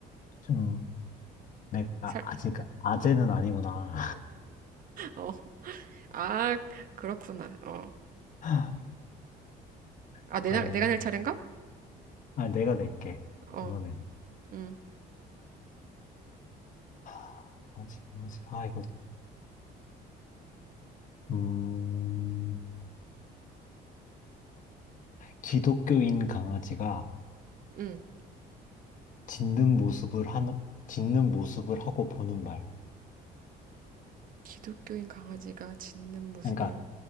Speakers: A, on the left; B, on the right.
A: 좀 내가
B: 살,
A: 아직 아재는 아니구나.
B: 어, 아, 그렇구나. 어,
A: <laughs>
B: 아,
A: 그러면,
B: 내, 가 내가 낼 차례인가?
A: 아, 내가 낼게.
B: 어,
A: 이번엔.
B: 음,
A: 하, 뭐지, 뭐지? 아, 이거, 음, 기독교인 강아지가
B: 음.
A: 짖는 모습을 하는, 짖는 모습을 하고 보는 말.
B: 기독교인 강아지가 짖는 모습을,
A: 그러니까,